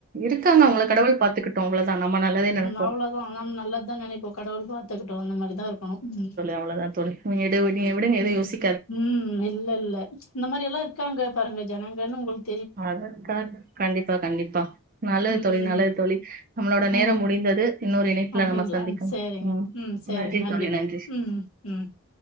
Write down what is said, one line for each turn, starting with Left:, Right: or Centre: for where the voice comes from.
Right: இருக்காங்க அவ்ங்கள கடவுள் பாத்துக்கட்டு அவ்ளொதா நம்ம நல்லதே நெனப்
Left: அவ்ளொதா நாம் நல்லதா நெனைப்போ கடவுள் பாத்துக்கட்டு அந்த மாரிதா இருக்கணு ம்
Right: அவ்ளொதா தோழி வீடு விடிய விடுங்க எது யோசி
Left: ம் இல்ல இல்ல இந்த மாரி எல்லா இருக்காங்க பாருங்க ஜனங்கன் உங்ளுக்
Right: அத கணக் கண்டிப்பா கண்டிப்பா நல்லது
Left: ம்
Right: தோழி
Left: ம்
Right: நல்லது தோழி நம்மளோட நேரம்
Left: ம்
Right: முடிந்தது இன்னொரு இணைப்புல
Left: அப்டிங்களா
Right: நம்ம சந்திக்கலா
Left: சரிங்க
Right: ஆ
Left: ம் சரிங்க
Right: நன்றி
Left: நன்றிங்க
Right: தோழி நன்றி
Left: ம் ம்